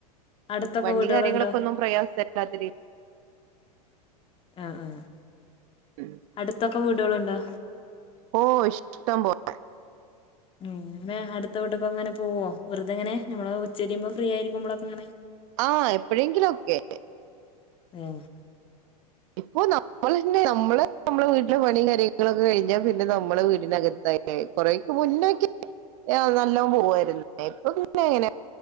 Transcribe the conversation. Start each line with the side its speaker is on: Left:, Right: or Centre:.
Left: അടുത്തൊക്കെ
Right: വണ്ടി
Left: വീടുകളുണ്ടോ
Right: കാര്യങ്ങളൊക്ക ഒന്നും പ്രയാസം ഇല്ലാത്ത രീതി-
Left: ആഹ് ആഹ്.
Right: ഉം.
Left: അട്ത്തൊക്ക്യയേ വീട്കള് ഒണ്ടോ?
Right: ഓ ഇഷ്ടം പോലേ.
Left: ഉം അട്ത്ത് വിട്ട്ക്ക് അങ്ങനെ പോവോ വെറുതെ ഇങ്ങനെ, നമ്മള് ഉച്ചക്കിരിക്കുമ്പോ ഫ്രീ- ആയിരിക്ക്മ്പോളൊ ഒക്കെ ഇങ്ങനെ.
Right: ആ എപ്പോഴെങ്കിലും ഒക്കെ.
Left: ആഹ.
Right: ഇപ്പോ നമ്മൾന്നെ നമ്മെ, നമ്മളെ- വീട്ടെ പണിയും കാര്യങ്ങളൊക്കെ കഴിഞ്ഞാ പിന്നെ നമ്മെ, വീടിനകത്തായി കൊറെക്ക് മുന്നൊക്കെ നല്ലോമ് പോവായിന്, ഇപ്പ ഇങ്ങനെങ്ങനെയ?